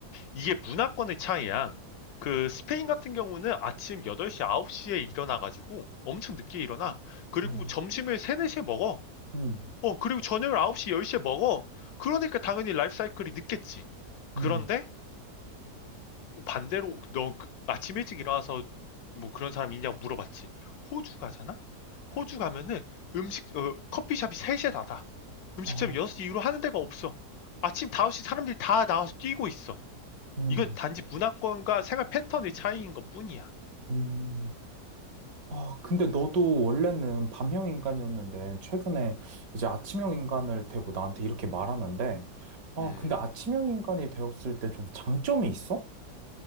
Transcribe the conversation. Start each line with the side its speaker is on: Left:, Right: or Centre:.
Left: 이게 문화권의 차이야. 그 스페인 같은 경우는 아침 8시, 9시에 일어나가지고 엄청 늦게 일어나. 그리고
Right: 음.
Left: 점심을 3, 4시에 먹어.
Right: 음,
Left: 어, 그리고 저녁을 9시, 10시에 먹어. 그러니까 당연히 라이프 사이클이 늦겠지. 그런데
Right: 음,
Left: 반대로 너그 아침 일찍 일어나서 뭐 그런 사람 있냐고 물어봤지. 호주 가잖아? 호주 가면은 음식, 어, 커피숍이 3시에 닫아. 음식점이
Right: 아,
Left: 6시 이후로 하는 데가 없어. 아침 5시 사람들이 다 나와서 뛰고 있어.
Right: 음,
Left: 이건 단지 문화권과 생활 패턴의 차이인 것 뿐이야.
Right: 음. 아, 근데 너도 원래는 밤형 인간이었는데, 최근에 이제 아침형 인간을 되고 나한테 이렇게 말하는데, 아,
Left: 음,
Right: 근데 아침형 인간이 되었을 때 좀 장점이 있어?